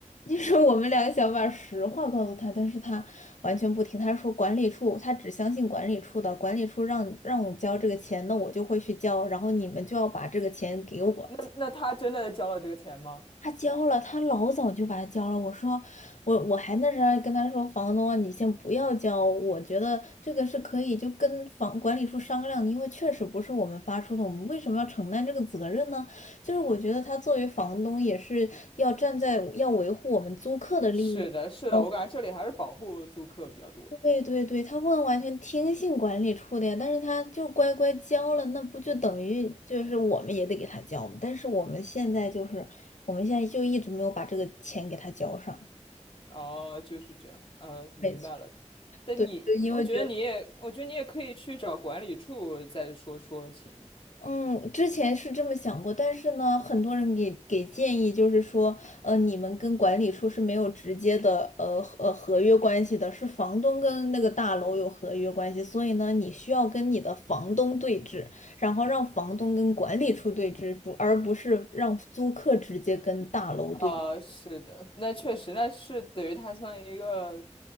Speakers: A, on the left; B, on the left.
A: 就是 <laughs> 我们俩想把实话告诉他，但是他完全不听，他说管理处，他只相信管理处的，管理处让让我交这个钱，那我就会去交，然后你们就要把这个钱给我。
B: 那那他真的交了这个钱吗？
A: 他交了，他老早就把它交了。我说，我我还那时候还跟他说，房东啊，你先不要交，我觉得这个是可以就跟房管理处商量的，因为确实不是我们发出的，我们为什么要承担这个责任呢？就是我觉得他作为房东也是要站在要维护我们租客的利益。
B: 是的，是的，
A: 嗯
B: 我感觉这里还是保护租客比较多的。
A: 对对对，他不能完全听信管理处的呀，但是他就乖乖交了，那不就等于就是我们也得给他交吗？但是我们现在就是，我们现在就一直没有把这个钱给他交上。
B: 哦，就是这样，嗯，明白了。
A: 没错，
B: 但你，
A: 对，就因为觉得。
B: 我觉得你也，我觉得你也可以去找管理处再说说情。
A: 嗯，之前是这么想过，但是呢，很多人给给建议，就是说，呃，你们跟管理处是没有直接的，呃呃合约关系的，是房东跟那个大楼有合约关系，所以呢，你需要跟你的房东对峙，然后让房东跟管理处对峙，不，而不是让租客直接跟大楼对峙
B: 啊、是的，那确实，那是等于他算一个